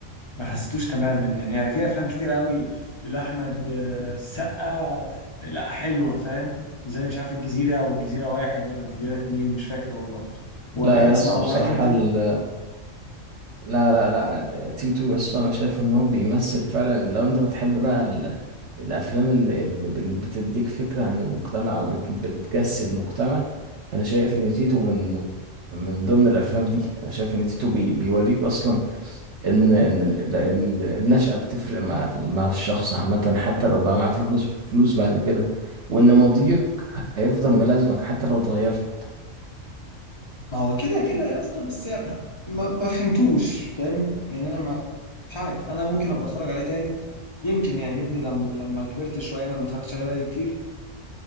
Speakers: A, on the left; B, on the right.
A: ما حسيتوش تماما يعني يعني في افلام كتير قوي لاحمد آه، السقا لا حلوه فاهم زي مش عارف الجزيره والجزيره واحد ولا الجزيره اتنين مش فاكر والله ولكن
B: لا
A: اسماء
B: يا اسطى بصراحة
A: ولكن فيلم
B: ال... لا لا لا تيتو يا اسطى انا شايف ان هو بيمثل فعلا لو انت بتحب بقى ال... الافلام اللي, اللي بال- بتديك فكرة عن المجتمع او بت... بتجسد مجتمع فانا شايف ان تيتو من من ضمن الافلام دي انا شايف ان تيتو بي... بيوريك اصلا ان ان ال- ال- ال- النشأة بتفرق مع ال- مع الشخص عامة حتى لو بقى معاه فلوس فلوس بعد كده وان ماضيك هيفضل ملازمك حتى لو اتغيرت
A: ما هو كده كده يا اسطى بس يعني ما, ما فهمتوش فاهم يعني انا ما مش عارف انا ممكن ابقى اتفرج عليه تاني يمكن يعجبني لما لما كبرت شويه انا ما اتفرجتش عليه بقالي كتير